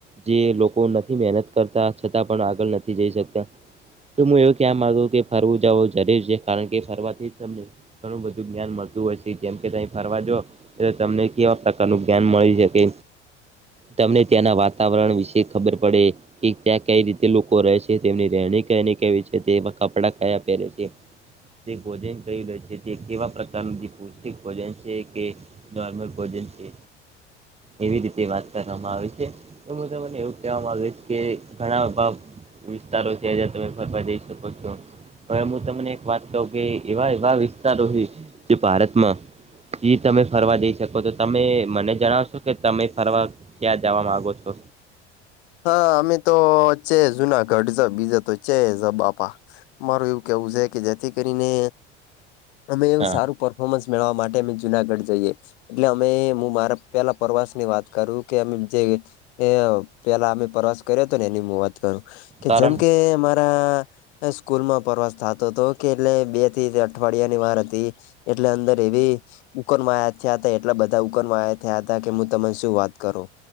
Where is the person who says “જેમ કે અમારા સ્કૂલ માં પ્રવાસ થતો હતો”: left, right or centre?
Left